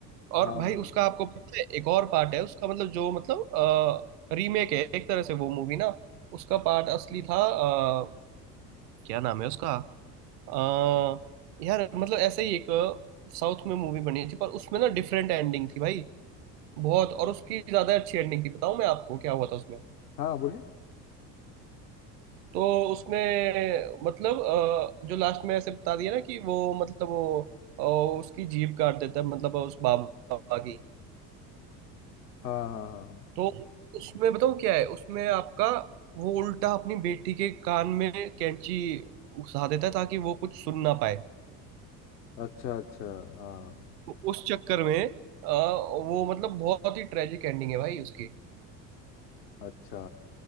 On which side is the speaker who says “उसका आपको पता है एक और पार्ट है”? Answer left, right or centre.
Right